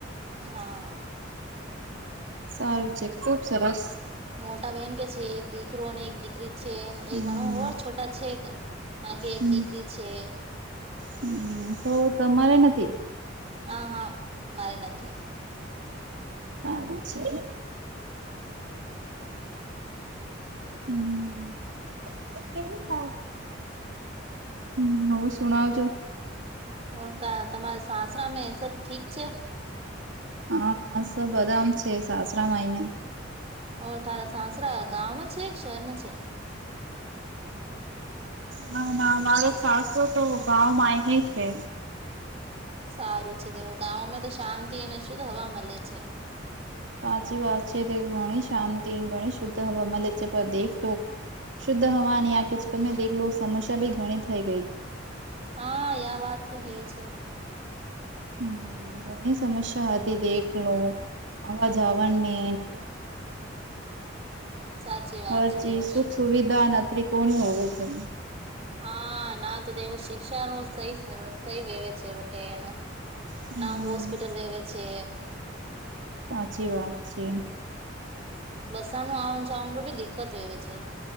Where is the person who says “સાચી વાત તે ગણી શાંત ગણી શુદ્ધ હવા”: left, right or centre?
Right